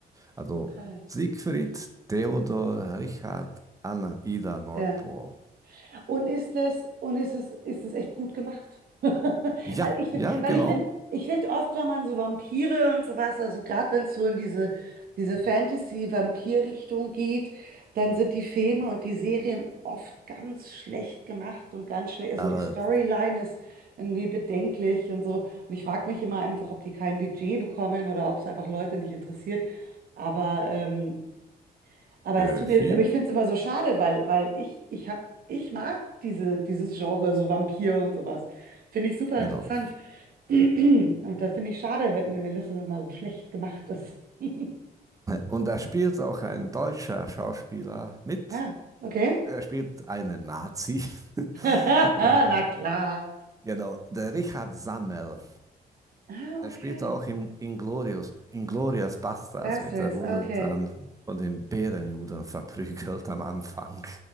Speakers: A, on the right; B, on the right.
A: Also
B: okay.
A: Siegfried, Theodor, Richard, Anna, Ida, Nordpol.
B: Ja. Und ist es, und ist es, ist es echt gut gemacht. <laughs> Weil
A: Ja,
B: ich finde,
A: ja,
B: weil
A: genau.
B: ich finde, ich finde oft, wenn man so Vampire und sowas, also gerade wenn es so in diese, diese Fantasy-Vampir-Richtung geht, dann sind die Filme und die Serien oft ganz schlecht gemacht und ganz schlecht. Also
A: Aber
B: die Storyline ist irgendwie bedenklich und so. Und ich frage mich immer einfach, ob die kein Budget bekommen oder ob es einfach Leute nicht interessiert. Aber ähm, aber
A: äh,
B: es tut
A: hier,
B: mir, aber ich finde es immer so schade, weil, weil ich, ich hab, ich mag diese, dieses Genre, so Vampir und sowas. Finde ich super
A: genau.
B: interessant. <clears throat> Und da finde ich schade, wenn, wenn das dann immer so schlecht gemacht ist. <laughs>
A: Und da spielt auch ein deutscher Schauspieler mit.
B: Ah, okay.
A: Er spielt einen Nazi. <laughs>
B: <laughs>
A: Äh,
B: Na klar.
A: Genau, der Richard Sammel.
B: Ah,
A: Er
B: okay.
A: spielt auch im Inglorious, Inglourious Basterds
B: Bastards,
A: mit. Er wurde
B: ah, okay.
A: dann von den Bärenjuden verprügelt am Anfang.